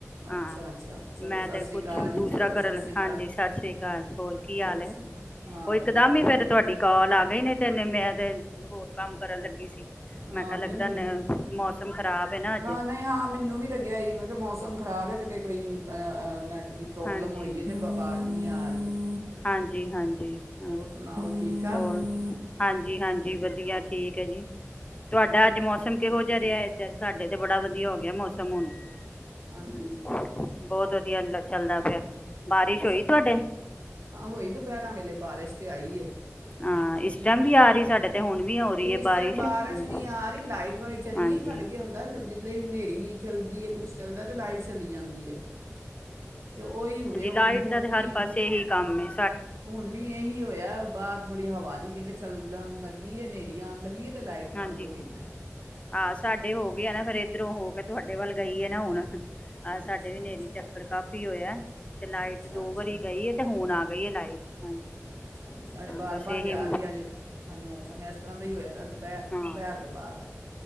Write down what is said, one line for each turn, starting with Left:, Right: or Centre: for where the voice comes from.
Left: ਹਾਂ,
Right: ਅੱਛਾ ਅੱਛਾ ਚਲੋ
Left: ਮੈਂ
Right: ਸਤਿ
Left: ਤੇ
Right: ਸ਼੍ਰੀ
Left: ਕੁਛ
Right: ਅਕਾਲ ਜੀ
Left: ਦੂਸਰਾ
Right: ਚਲੋ
Left: ਕਰਨ--ਹਾਂਜੀ
Right: ਸਤਿ ਸ਼੍ਰੀ ਅਕਾਲ
Left: ਸਤ ਸ੍ਰੀ ਕਾਲ। ਹੋਰ ਕੀ ਹਾਲ ਏ?
Right: ਸੁਣਾ ਹਾਂ
Left: ੳ
Right: ਵਧੀਆ
Left: ਇਕਦਮ
Right: ਵਧੀਆ
Left: ਹੀ ਫੇਰ ਤੁਵਾਡੀ ਆ ਗਏ ਨੇ ਤੈਨੇ ਮੈਂ ਤੇ ਹੋਰ ਕੰਮ ਕਰਨ ਲੱਗੀ। ਸੀ
Right: ਹਾਂ,
Left: ਮੈਂ ਕਿਹਾ
Right: ਨਹੀਂ
Left: ਲੱਗਦਾ
Right: ਮੈਨੂੰ
Left: ਨ-
Right: ਵੀ
Left: ਮੌਸਮ ਖ਼ਰਾਬ ਹੈ ਨਾ ਅੱਜ
Right: ਹਾਂ ਨਹੀਂ ਹਾਂ ਮੈਨੂੰ ਵੀ ਲੱਗਿਆ ਹੀ ਮੈਂ ਕਿ ਮੌਸਮ ਖ਼ਰਾਬ ਏ ਕਿਤੇ ਕੋਈ ਅ ਅ ਨੈਟ ਦੀ ਪ੍ਰੋਬਲਮ
Left: ਹਾਂਜੀ
Right: ਹੋਈ ਏ ਤੇ ਵ ਵਾਜ਼ ਨੀ ਨੀ ਆ ਰੀ।
Left: ਹਾਂਜੀ। ਹਾਂਜੀ। ਹਾਂ।
Right: ਸੁਣਾਓ ਠੀਕ ਠਾਕ
Left: ਹੋਰ ਹਾਂਜੀ। ਹਾਂਜੀ। ਵਧੀਆ। <inaudible> ਠੀਕ ਹੈ ਜੀ। ਤੁਹਾਡਾ ਅੱਜ ਮੌਸਮ ਕਿਹੋ ਜਿਹਾ ਰਿਹਾ ਇੱਧਰ। ਸਾਡੇ ਤੇ ਬੜਾ ਵਧੀਆ ਹੋ ਗਿਆ ਮੌਸਮ ਹੁਣ।
Right: ਹਾਂਜੀ
Left: ਹੂ ਬਹੁਤ। ਵਧੀਆ ਚੱਲਦਾ ਪਿਆ। ਬਾਰਿਸ਼
Right: ਅੱਛਾ
Left: ਹੋਈ ਤੁਹਾਡੇ।
Right: ਹੋਈ ਦੁਪਹਿਰਾਂ ਵੇਲੇ ਬਾਰਿਸ਼ ਤਾਂ ਆਈ ਹੈ।
Left: ਹਾਂ ਇਸ ਟਾਈਮ ਵੀ ਆ ਰਹੀ ਸਾਡੇ ਤੇ ਹੁਣ ਵੀ ਹੋ ਰਹੀ
Right: ਇਸ
Left: ਹੈ
Right: ਟਾਈਮ ਬਾਰਿਸ਼
Left: ਹਮ,
Right: ਨਹੀਂ ਆ ਰਹੀ ਲਾਈਟ ਵ੍ਹਾਈਟ ਚਲੀ
Left: ਹਾਂਜੀ
Right: ਗਈ। ਸਾਡੇ ਕੀ ਹੁੰਦਾ ਹਨੇਰੀ ਚਲਦੀ ਕੁਛ ਚਲਦਾ ਲਾਈਟ ਚਲੀ ਜਾਂਦੀ ਹੈ। ਤੇ ਉਹੀ ਹੀ ਹੁਣੇ। ਹੁਣ
Left: ਇਹਨਾ ਦੇ ਹਰ
Right: ਵੀ
Left: ਪਾਸੇ ਇਹੀ ਕੰਮ ਏ।
Right: ਹੁਣ ਵੀ ਇਹੀ ਹੋਇਆ ਬਾਹਰ। ਥੋੜ੍ਹੀ ਹਵਾ ਜੀ ਕਹਿੰਦੇ। ਚੱਲਣ ਲੱਗੀ ਏ ਨੇ। ਆਣ ਲੱਗੀ ਏ। ਲਾਈਟਸ
Left: ਹਾਂਜੀ
Right: ਬੰਦ ਹੋ ਗਈਆਂ।
Left: ਆਹ। ਸਾਡੇ ਹੋ ਗਏ ਆ ਨਾ ਫਿਰ ਏ। ਇਧਰੋਂ ਹੋ ਕੇ ਤੁਹਾਡੇ ਵੱਲ ਗਈ ਨਾ ਹੁਣ। ਆਹ। ਸਾਡੇ
Right: ਅੱਛਾ
Left: ਵੀ ਹਨੇਰੀ
Right: ਅੱਛਾ
Left: ਝੱਖੜ ਕਾਫ਼ੀ ਹੋਇਆ ਤੇ ਲਾਈਟ
Right: ਅੱਛਾ
Left: ਦੋ
Right: ਅੱਛਾ
Left: ਵਾਰੀ ਗਈ ਹੈ ਤੇ ਹੁਣ ਆ ਗਈ ਹੈ ਲਾਈਟ। ਹਾਂਜੀ
Right: ਅੱਛਾ! ਸਾਡੇ
Left: ਹਾਂ
Right: ਬਰ-ਬਾਰ
Left: ਬਸ ਇਹੀ
Right: ਜਾ ਰਹੀ ਹੈ ਅੱਜ। ਅੱਜ ਮੌਸਮ ਇਸ ਤਰ੍ਹਾਂ ਦਾ ਹੀ ਹੋਇਆ ਹੈ ਦੁਪਹਿਰ।
Left: ਹਾ
Right: ਦੁਪਹਿਰ ਤੋਂ ਬਾਅਦ